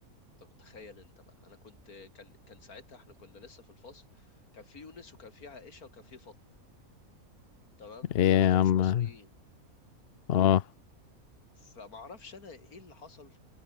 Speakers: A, on the left; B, on the left.
A: طب تخيل انت بقى انا كنت كان كان ساعتها احنا كنا لسه في الفصل كان في يونس وكان في عائشه وكان في فاطمه تمام
B: ايه
A: هما
B: يا
A: كانوش
B: عم
A: مصريين
B: اه
A: فما اعرفش انا ايه اللي حصل